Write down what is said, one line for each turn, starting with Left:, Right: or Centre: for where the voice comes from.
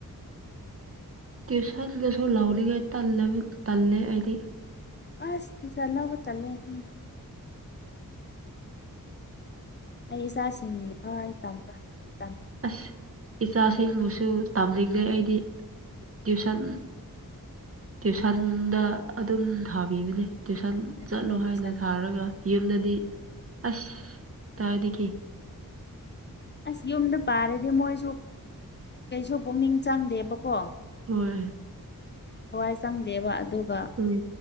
Right: ꯇ꯭ꯋꯨꯁꯟꯒꯁꯨ ꯂꯥꯎꯔꯤꯉꯩ ꯇꯜꯂꯦ ꯑꯩꯗꯤ
Left: ꯑꯁ ꯆꯂꯕ ꯆꯂꯦ ꯍ ꯑꯩ ꯏꯆꯥꯁꯤꯡ ꯋꯥꯚ ꯑꯩ ꯇꯝꯕ ꯍꯥꯏꯕ ꯇꯃꯤ
Right: ꯑꯁ ꯏꯆꯥꯁꯤꯡꯕꯨꯁꯨ ꯇꯝꯅꯤꯡꯗꯦ ꯑꯩꯗꯤ ꯇ꯭ꯨꯁꯟ ꯇ꯭ꯨꯁꯟꯗ ꯑꯗꯨꯝ ꯊꯥꯕꯤꯕꯅꯦ ꯇ꯭ꯨꯁꯟ
Left: ꯑꯗꯨꯅꯦ
Right: ꯆꯠꯂꯣ ꯍꯥꯏꯅ
Left: ꯇꯨꯏꯁꯟꯗ
Right: ꯊꯥꯔꯒ
Left: ꯊꯥꯕꯤꯕ
Right: ꯌꯨꯝꯗꯗꯤ ꯑꯁ ꯇꯥꯏꯗꯒꯤꯗꯒꯤꯈꯤ
Left: ꯑꯁ ꯌꯨꯝꯗ ꯄꯥꯔꯗꯤ ꯃꯣꯏꯁꯨ ꯀꯩꯁꯨ ꯄꯨꯛꯅꯤꯡ ꯆꯪꯗꯦꯕꯀꯣ
Right: ꯍꯣꯏ
Left: ꯊꯋꯥꯏ ꯆꯪꯗꯦꯕ ꯑꯗꯨꯒ
Right: ꯎꯝ